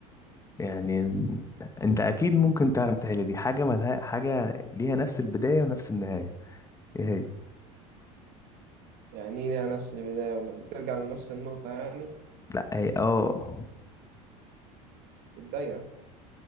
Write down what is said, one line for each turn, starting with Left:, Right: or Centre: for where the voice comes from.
Left: يعني ان- انت اكيد ممكن تعرف تحل دي حاجة ملها حاجة ليها نفس البداية ونفس النهاية ايه هي
Right: يعني إيه ليها نفس البدايه ولما بترجع لنفس النقطه يعني
Left: لا هي اه
Right: الدايره